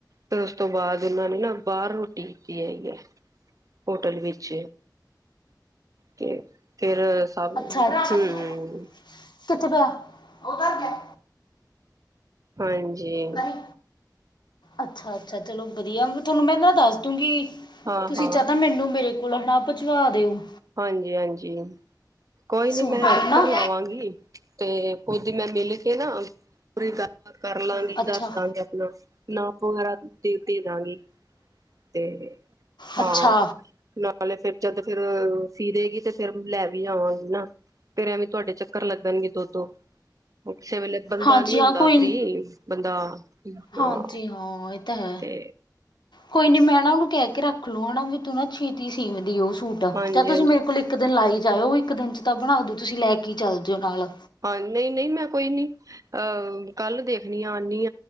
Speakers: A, on the right; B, on the left.
A: ਫਿਰ ਉਸ ਤੋਂ ਬਾਅਦਂ ਉਹਨਾਂ ਨੇ ਨਾਂ ਬਾਹਰ ਰੋਟੀ ਕੀਤੀ ਹੈਗੀ ਐ। ਹੋਟਲ ਵਿੱਚ, ਤੇ ਫਿਰ ਖਾਵਾਗੇ,
B: ਅੱਛਾ ਅੱਛਾ
A: ਹੂੰ ਹੂੰ।
B: ਕਿੱਥੇ ਪਿਆ ਉਹਦਰ ਪਿਆ
A: ਹਾਂਜੀ
B: ਕਰੇ ਅੱਛਾ ਅੱਛਾ ਚਲੋ ਵਧੀਆ ਤੁਹਾਨੂੰ ਮੈਂ ਨਾ ਦੱਸ ਦੂੰਗੀ
A: ਹਾਂ
B: ਤੁਸੀਂ
A: ਹਾਂ
B: ਜਾਹਤਾ ਮੈਨੂੰ ਮੇਰੇ ਕੋਲ ਹੈ ਨਾ ਭਜਵਾ ਦਿਓ।
A: ਹਾਂਜੀ ਹਾਂਜੀ ਹਨ, ਕੋਈ ਨਾ
B: ਸੂਟ
A: ਮੈਂ
B: ਆਪਣਾ
A: ਚੱਕਰ ਲਾਵਾਂਗੀ। ਤੇ ਕੁਜ ਮੈਂ ਮਿਲ ਕੇ ਨਾ, ਪੂਰੀ ਗੱਲਬਾਤ ਕਰ ਲਾਂਗੀ
B: ਅੱਛਾ
A: ਦੱਸ ਦਾਂਗੀ ਆਪਣਾ। ਨਾਪ ਵਗੈਰਾ ਦੇ ਦੇਦਾਂ ਗੀ ਤੇ
B: ਅੱਛਾ
A: ਹਾਂ। ਹਲੇ ਫਿਰ ਜਦ ਫਿਰ ਅ ਸੀ ਦੇਗੀ ਤੇ ਫਿਰ ਲੈ ਵੀ ਆਵਾਂਗੀ ਨਾ, ਫਿਰ ਐਵੇਂ ਤੁਹਾਡੇ ਚੱਕਰ ਲੱਗਣਗੇ ਦੋ ਦੋ <unintelligible> ਵੇਲੇ ਲੰਘੜ
B: ਹਾਂਜੀ
A: ਦਾ ਨੀ ਹੁੰਦਾ,
B: ਹਾਂ ਕੋਈ
A: ਫਰੀ ਹੋਏ ਬੰਦਾ। ਹਾਂ
B: ਹਾਂਜੀ ਹਾਂ, ਇਹ ਤਾਂ ਹੈ।
A: ਤੇ
B: ਕੋਈ ਨੀ ਮੈਂ ਨਾ ਉਹਨੂੰ ਕਹਿ ਕੇ ਰੱਖ ਲੋ ਨਾਂ ਵੀ ਤੂੰ ਨਾ ਛੇਤੀਹ ਸੀ ਦੀ ਓ ਸੂਟ ਦ
A: ਹਾਂਜੀ
B: ਚ ਤੁਸੀਂ
A: ਹਾਂਜੀ
B: ਮੇਰੇ ਕੋਲ ਇੱਕ ਦਿਨ ਲਾਈ ਜਾਇਓ ਇੱਕ ਦਿਨ ਚ ਤਾਂ ਬਣਾ ਦੂ ਤੁਸੀਂ ਲੈ ਕੇ ਚੱਲ ਜਾਓ ਨਾਲ।
A: ਹਾਂ ਨਹੀਂ- ਨਹੀਂ ਮੈਂ ਕੋਈ ਨੀ। ਅਹ ਕੱਲ ਦੇਖਣੀਆਂ ਆਂਨੀ,